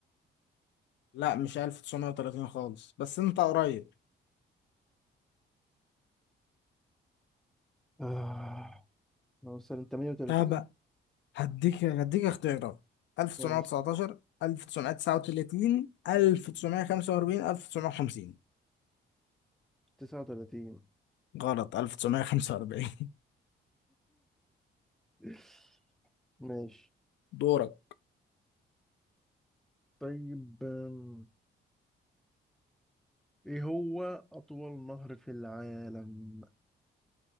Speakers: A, on the left; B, in the centre.
A: لا مش 1930 خالص بس انت قريب
B: آه، نوصل 38
A: طب هديك هديك اختيارات 1919
B: ماشي
A: 1939 1945 1950
B: 39
A: غلط 1945 <laughs>
B: <laughs> ماشي
A: دورك
B: طيب أم، ايه هو أطول نهر في العالم؟